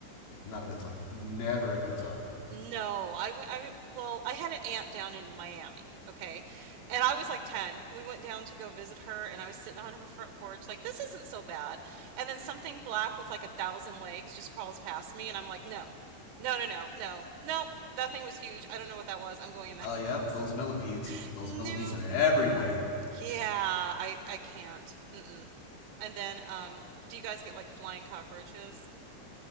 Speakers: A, on the left; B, on the right.
A: Not a good time. Never a good time.
B: No, I went, I well, I had an aunt down in Miami, okay? And I was like 10, and we went down to go visit her, and I was sitting on her front porch, like, this isn't so bad. And then something black with like a thousand legs just crawls past me, and I'm like, no, no, no, no, no, nope, that thing was huge. I don't know what that was. I'm going in the
A: Oh
B: house.
A: uh, yep, those millipedes.
B: <laughs>
A: Those
B: Nope.
A: millipedes are everywhere.
B: Yeah, I, I can't. Mm-mm. And then, um, do you guys get like flying cockroaches?